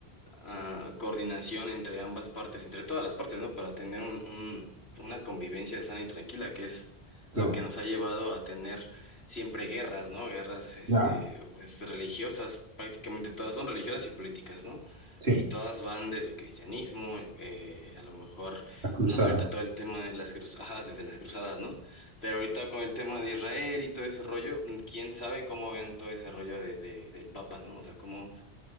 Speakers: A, on the left (about 75°); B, on the right (about 80°).
A: ah, coordinación entre ambas partes, entre todas las partes, ¿no? Para tener un, un- una convivencia sana y tranquila, que es
B: Claro,
A: lo que nos ha llevado a tener siempre guerras, ¿no? Guerras, este,
B: ya,
A: pues religiosas, prácticamente todas son religiosas y políticas, ¿no?
B: sí,
A: Y todas van desde el cristianismo, el- eh, a lo mejor,
B: las cruzadas,
A: no sé, ahorita todo el tema de las cruzadas, ajá, desde las cruzadas, ¿no? Pero ahorita con el tema de Israel y todo ese rollo, quién sabe cómo vean todo ese rollo de, de- del Papa, ¿no? O sea, cómo